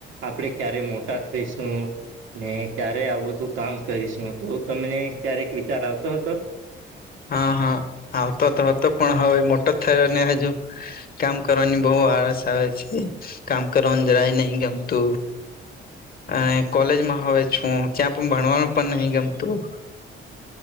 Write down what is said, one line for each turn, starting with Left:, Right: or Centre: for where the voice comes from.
Right: આપડે ક્યારે મોટા થઈશું? ને ક્યારે આવું બધું કામ કરીશું એવું તમને ક્યારેક વિચાર આવતો હતો.
Left: હાં હાં આવતો તો હતો પણ હવે મોટો થયો ને હજુ. કામ કરવાની બહુ આળસ આવે છે. કામ કરવાનું જરાય નહી ગમતું. અને કોલેજમાં હવે છું. ચ્યા પણ ભણવાનું પણ નહીં ગમતું.